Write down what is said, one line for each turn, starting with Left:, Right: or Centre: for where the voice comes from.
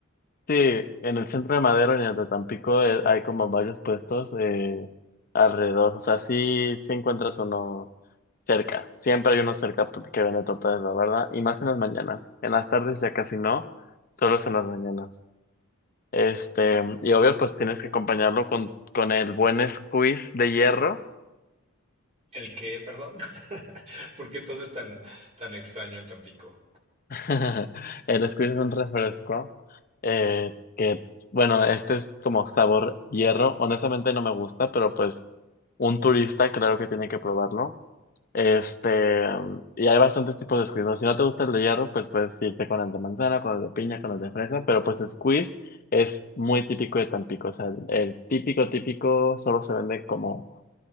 Left: Sí, en el centro de Madero y en el de Tampico eh, hay como varios puestos eh, alrededor. O sea, sí, sí encuentras uno cerca. Siempre hay uno cerca que vende tortas, la verdad. Y más en las mañanas. En las tardes ya casi no, solo es en las mañanas. Este, y obvio, pues tienes que acompañarlo con, con el buen squeeze de hierro
Right: ¿El qué? Perdón. <laughs> porque todo es tan, tan extraño en Tampico?
Left: <laughs> El squeeze es un refresco eh, que, bueno, este es como sabor hierro. Honestamente no me gusta, pero pues un turista claro que tiene que probarlo. Este, y hay bastantes tipos de squeeze, ¿no? Si no te gusta el de hierro, pues puedes irte con el de manzana, con el de piña, con el de fresa, pero pues squeeze es muy típico de Tampico. O sea, el, el típico, típico solo se vende como